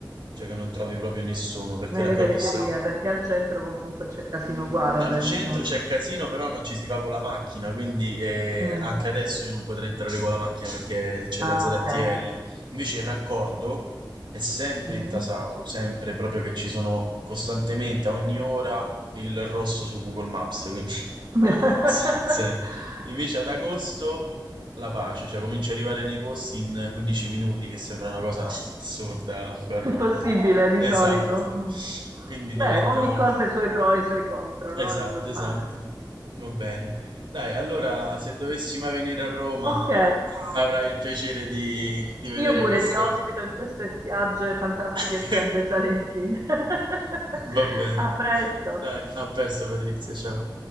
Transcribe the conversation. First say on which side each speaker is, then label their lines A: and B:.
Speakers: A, on the right; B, on the right.
A: cioè che non trovi proprio nessuno, perché
B: Nelle
A: il raccordo
B: periferie,
A: è sempre...
B: perché al centro comunque c'è casino uguale,
A: Al
B: penso.
A: centro c'è casino, però non ci si va con la macchina, quindi eh,
B: Mm.
A: anche adesso io non potrei entrare con la macchina perché c'è
B: Ah,
A: la ZTL.
B: ok.
A: Invece il raccordo è sempre
B: Mhm.
A: intasato, sempre proprio che ci sono costantemente a ogni ora il rosso su Google Maps, quindi <laughs> se-
B: <laughs>
A: sempre. Invece ad agosto la pace, cioè comincia ad arrivare nei posti in 15 minuti, che sembra una cosa assurda qua a Roma.
B: Impossibile di
A: Esatto.
B: solito. Mm.
A: Quindi
B: Beh,
A: diventa
B: ogni
A: molto.
B: cosa ha i suoi pro e i suoi contro,
A: Esatto,
B: no? È normale.
A: esatto. Va bene. Dai, allora se dovessi mai venire a Roma
B: Ok,
A: avrai il piacere di, di vedere
B: io pure
A: questo.
B: ti ospito in queste spiagge, fantastiche
A: <laughs>
B: spiagge salentine. <laughs>
A: Va bene.
B: A presto.
A: Dai, a presto Patrizia, ciao.